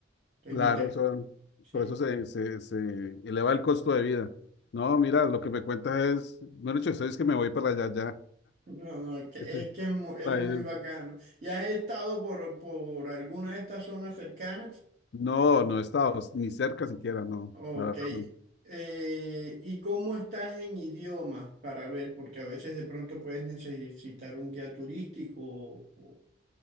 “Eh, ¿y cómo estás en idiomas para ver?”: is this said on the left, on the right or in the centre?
Right